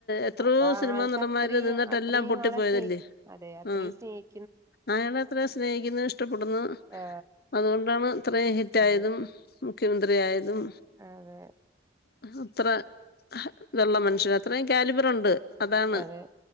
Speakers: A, on the left; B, on the right.
A: എത്രയോ
B: അപ്പൊ
A: സിനിമാ
B: ആൾക്ക്
A: നടന്മാര്
B: അത്രയും
A: നിന്നിട്ടെല്ലാം
B: അത്രയും
A: പൊട്ടിപ്പോയതല്ലേ
B: ആളെ സ്നേഹി അതെ അത്രയും
A: ആ
B: സ്നേഹി-
A: അയാളെ അത്ര സ്നേഹിക്കുന്നു ഇഷ്ടപ്പെടുന്നു
B: ആ
A: അതുകൊണ്ടാണ് അത്രയും ഹിറ്റ്
B: അതെ
A: ആയതും- മുഖ്യമന്ത്രിയായതും
B: അതെ
A: അത്ര- നല്ല മ ക്ഷേ അത്രയും കാലിബറൊണ്ട്- അതാണ്
B: അതെ